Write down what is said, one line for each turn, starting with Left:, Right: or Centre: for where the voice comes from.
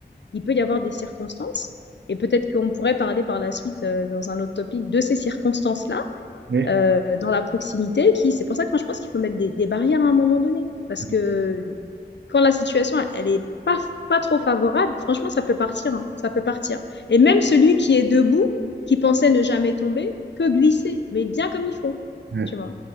Left: il peut y avoir des circonstances, et peut-être qu'on pourrait parler par la suite, euh, dans un autre topic, de ces circonstances-là
Right: Ouais,
Left: euh, dans la proximité qui, c'est pour ça que moi je pense qu'il faut mettre des, des barrières à un moment donné. Parce
Right: Mm-hmm.
Left: que quand la situation, elle est pas, pas trop favorable, franchement, ça peut partir, hein, ça peut partir. Et même celui qui est debout, qui pensait ne jamais tomber, peut glisser, mais bien comme il faut,
Right: ouais,
Left: tu vois.